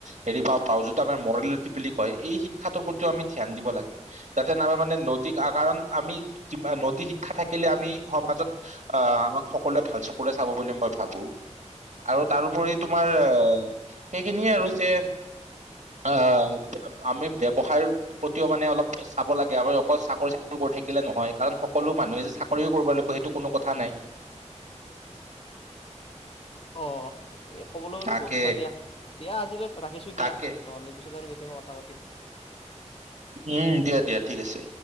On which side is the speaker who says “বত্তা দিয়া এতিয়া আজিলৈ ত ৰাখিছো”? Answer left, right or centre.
Left